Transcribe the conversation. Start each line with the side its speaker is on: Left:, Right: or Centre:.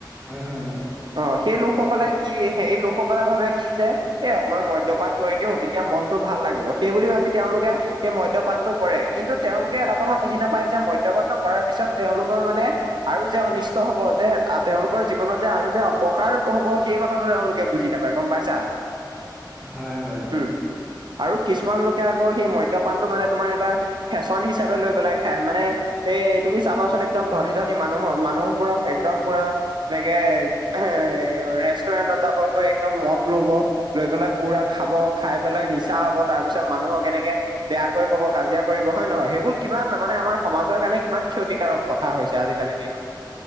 Centre: হয় হয় অ
Right: অ সেই লোকসকলে কি সেই লোকসকলে ভাবে কি যে এ অকমান মদ্য ৰপান কৰি দিও তেতিয়া মনতটো ভাল লাগিব সেই বুলি ভাবি তেওঁলোকে সেই মদ্যপানটো কৰে কিন্তু তেওঁলোকে এটা কথা বুজি নাপায় যে মদ্যপান টো কৰাৰ পিছত তেওঁলোকৰ মানে আৰু যে অনিষ্ট হব যে তেওঁলোকৰ জীৱনত যে আৰু যে অপকাৰ হব সেই কথাটো তেওঁলোকে বুজি নাপায় গম পাইছা
Centre: হয় হয় অ
Right: উম আৰু কিছুমান লোকে আকৌ সেই মদ্যপানতটো মানে তোমাৰ এটা ফেশ্বন হিচাপে লৈ পেলাই খাই মানে সেই তুমি চাবাচোন একদম ধনী ধনী মানুহৰ মানুহবোৰক একদম পুৰা এনেকে এ ৰেষ্টুৰেণ্টত যাব গৈ একদম মদ লব লৈ পেলাই পুৰা খাব খাই পেলাই নিচা হ'ব তাৰ পিছত মানুহক কেনেকে বেয়াকৈ কব কাজিয়া কৰিব হয় নে নহয় সেইবোৰ কিমান মানে আমাৰ সমাজৰ কাৰণে কিমান ক্ষতিকাৰক কথা হৈছে আজিকালিৰ দিনত <inaudible>